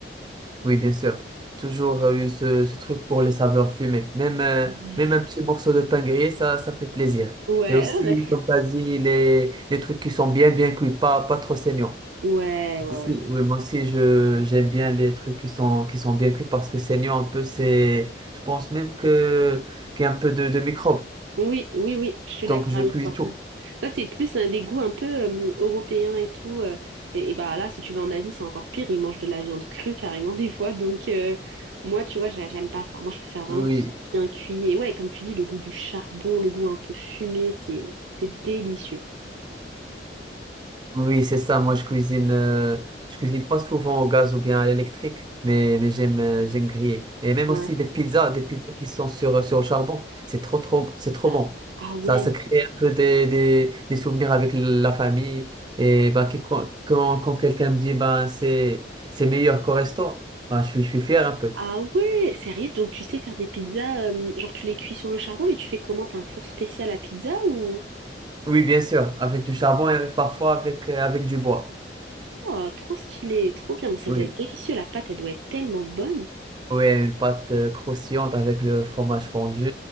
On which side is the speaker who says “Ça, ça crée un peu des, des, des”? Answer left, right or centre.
Right